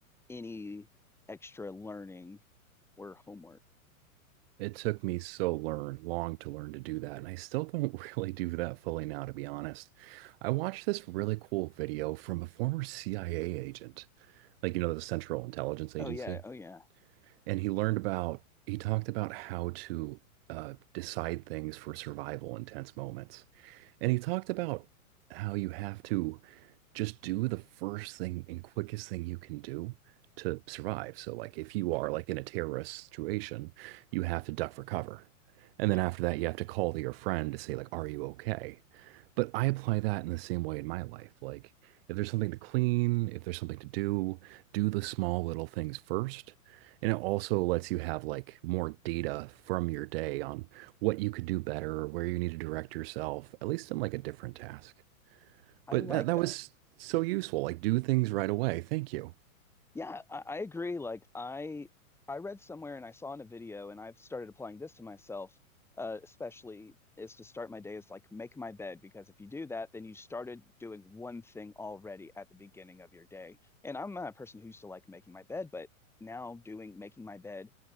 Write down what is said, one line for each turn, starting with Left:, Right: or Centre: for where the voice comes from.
Centre: any extra learning or homework.
Right: It took me so learn long to learn to do that, and I still don't <laughs> really do that fully now, to be honest. I watched this really cool video from a former CIA agent, like you know, the Central Intelligence Agency,
Centre: Oh yeah, oh yeah,
Right: and he learned about he talked about how to uh, decide things for survival in tense moments. And he talked about how you have to just do the first thing and quickest thing you can do to survive. So, like, if you are like in a terrorist situation, you have to duck for cover. And
Centre: yeah.
Right: then after that, you have to call to your friend to say, like, are you okay? But I apply that in the same way in my life. Like, if there's something to clean, if there's something to do, do the small little things first and it also lets you have like more data from your day on what you could do better or where you need to direct yourself, at least in like a different task.
Centre: I
Right: But
Centre: like
Right: that that
Centre: that.
Right: was so useful. Like do things right away. Thank you.
Centre: Yeah, I, I agree. Like I I read somewhere and I saw in a video and I've started applying this to myself, uh, especially is to start my day is like make my bed because if you do that, then you started doing one thing already at the beginning of your day. And I'm not a person who used to like making my bed, but now doing making my bed